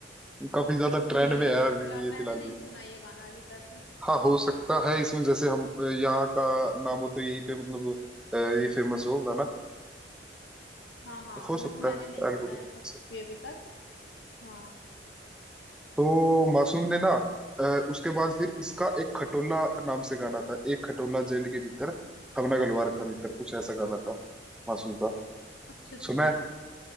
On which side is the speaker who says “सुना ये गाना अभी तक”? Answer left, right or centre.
Left